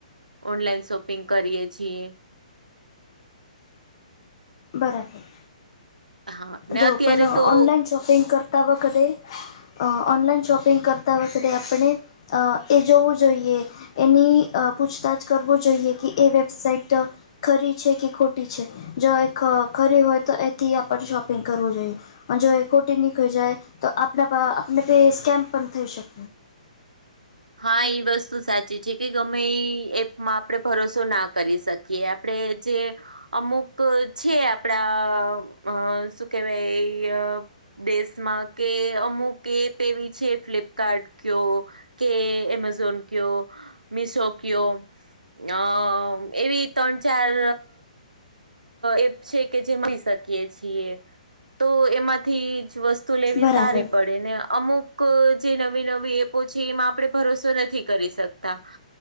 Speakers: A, on the right; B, on the left.
A: ઓનલાઈન શોપિંગ કરીએ છીએ
B: બરાબર
A: હા ને
B: જો
A: અત્યારે
B: પણ
A: તો
B: ઓનલાઈન શોપિંગ કરતા વખતે અ ઓનલાઈન શોપિંગ કરતા વખતે આપણે એ જોવું જોઈએ એની અ પૂછતાછ કરવો જોઈએ કે એ વેબસાઇટ ખરી છે કે ખોટી છે જો ખરી હોય તો એથી આપણે શોપિંગ કરવું જોઈએ. અન જોએ ખોટી નીકળી જાય તો આપ આપને પે સ્કેમ પણ થઈ શકે.
A: હા એ વસ્તુ સાચી છે કે ગમે એ એપમાં આપણે ભરોસો ના કરી શકીએ કે આપડે જે અમુક છે આપડા અ શું કેવાય અ દેશમાં કે અમુક એપ એવી છે ફ્લિપકાર્ટ કયો કે એમેઝોન કયો, મિસો કયો અ એવી ત્રણ ચાર એપ છે કે જે મળી શકીએ છીએ તો એમાંથી જ વસ્તુ તુ લેવી
B: બરાબર
A: સારી પડે ને અમુક જે નવી નવી એપો છે એમાં આપડે ભરોસો નથી કરી શકતા